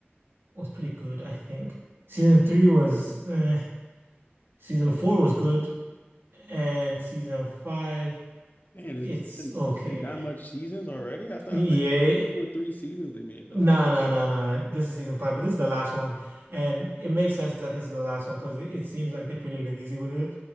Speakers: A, on the right (about 70°); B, on the left (about 45°).
A: was pretty good, I think. Season three was eh. Season four was good, and season five,
B: Man,
A: it's
B: it's has been,
A: okay.
B: it's been that much seasons already. I thought
A: Yeah,
B: it was like two or three seasons they made though.
A: nah, nah, nah, nah. This is season five, but this is the last one, and it makes sense that this is the last one because it, it seems like they're pretty lazy with it.